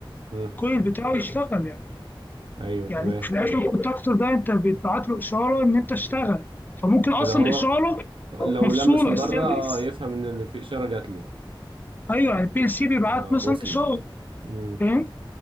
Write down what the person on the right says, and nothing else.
مم.
ايوه
تمام
فاللي هو
لو
ملمس من
بره اه يفهم ان اللي في اشارة جات له
اه
وصلت
مم.